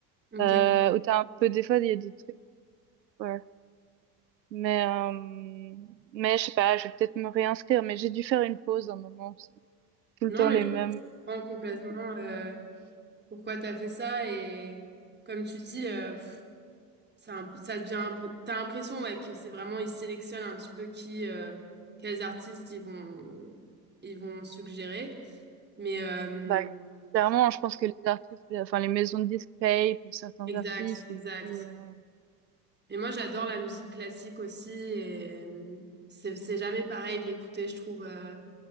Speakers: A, on the right; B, on the right.
A: Ok.
B: Euh, où t'as un peu des fois il y a des trucs, ouais. Mais euh, mais je sais pas, je vais peut-être me réinscrire, mais j'ai dû faire une pause un moment parce que tout
A: Non,
B: le temps
A: mais
B: les
A: je
B: mêmes.
A: comprends complètement euh, pourquoi t'as fait ça. Et comme tu dis, euh, pff, C'est un peu- ça devient un peu. T'as l'impression ouais, que c'est vraiment ils sélectionnent un petit peu qui, euh, quels artistes ils vont ils vont suggérer. Mais euh,
B: Bah, clairement, je pense que les artistes, les- enfin les maisons de disques payent pour certains
A: exact,
B: artistes.
A: exact.
B: Et Du coup, euh,
A: Et moi j'adore la musique classique aussi et euh, c'est c'est jamais pareil de l'écouter, je trouve. euh,